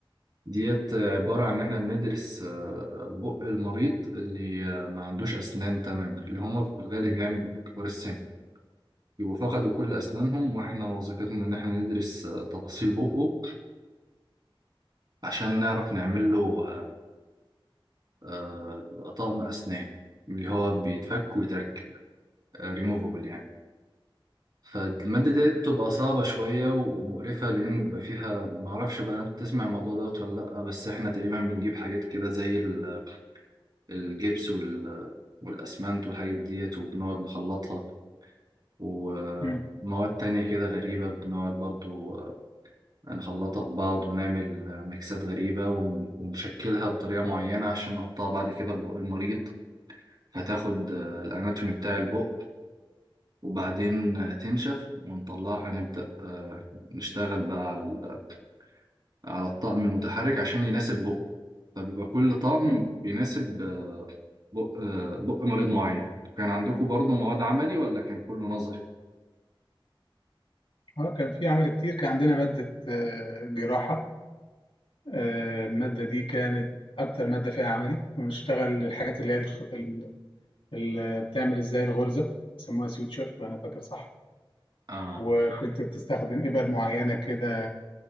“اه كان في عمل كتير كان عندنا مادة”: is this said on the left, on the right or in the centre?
Left